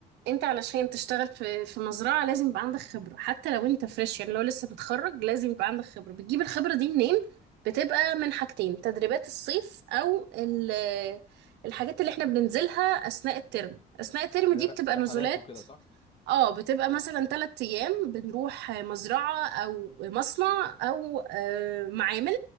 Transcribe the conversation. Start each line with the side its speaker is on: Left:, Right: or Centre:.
Right: انت علشان تشتغل في في مزرعة لازم يبقى عندك خبرة حتى لو انت فريش يعني لو لسه متخرج لازم يبقى عندك خبرة بتجيب الخبرة دي منين بتبقى من حاجتين تدريبات الصيف او ال- الحاجات اللي احنا بننزلها اثناء الترم اثناء الترم
Left: اللي
Right: دي
Left: هي ر-
Right: بتبقى
Left: رحلات
Right: نزولات
Left: وكده صح
Right: اه بتبقى مثلا تلات ايام بنروح مزرعة او مصنع او آه، معامل